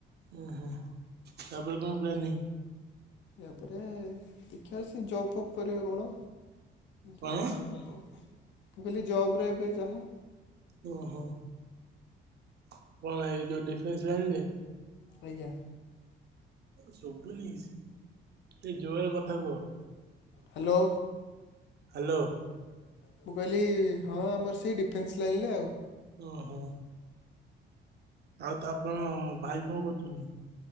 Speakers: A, on the right (about 55°); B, on the left (about 65°).
A: ଓ ତାପରେ କଣ ପ୍ଲାନିଙ୍ଗ?
B: ୟାପରେ ଦେଖିବା ସେ ଜପ୍ ଫପ୍ କରିବା କଣ।
A: କଣ
B: ଯାହା ତ ହବ ମୁ କହିଲି ଜବରେ ଏବେ ଯାହା
A: ଓ ହୋ କଣ ହେଲା ଏଇ ଯଉ ଡିଫେନ୍ସ ଲାଇନ ରେ?
B: ଆଜ୍ଞା।
A: ଶୁଭୁନି କିଛି, ଟିକେ ଜୋରର କଥା କୁହ।
B: ହ୍ୟାଲୋ।
A: ହ୍ୟାଲୋ।
B: ମୁଁ କହିଲି ହଁ ଆମର ସେଇ ଡିଫେନ୍ସ୍ ଲାଇନ୍ ରେ ଆଉ।
A: ଓହୋ। ଆଉ ତା ଆପଣ ଭାଇ କଣ କରୁଛନ୍ତି?